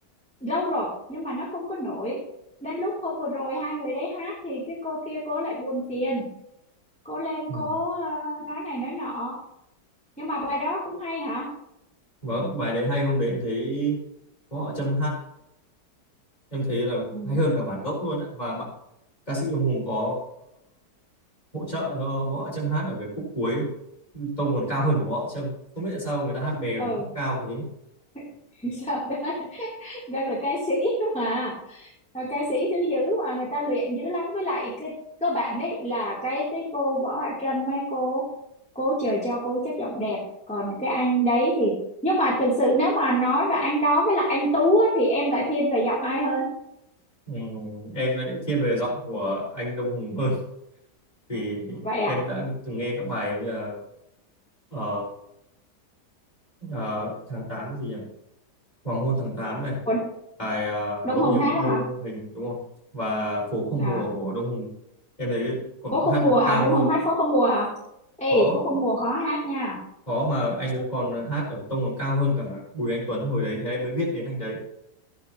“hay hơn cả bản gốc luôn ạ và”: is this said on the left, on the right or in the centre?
Left